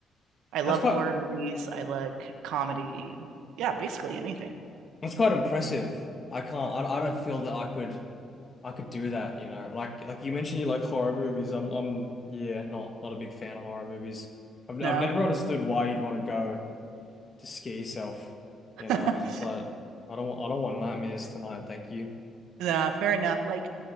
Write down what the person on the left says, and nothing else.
That's quite
that's quite impressive. I can't I, I don't feel that I could I could do that, you know. Like like you mentioned you like horror movies. I'm I'm yeah, not not a big fan of horror movies. I've
I've never understood why you'd want to go to scare yourself.
You know, I just like I don't want I don't want nightmares tonight, thank you.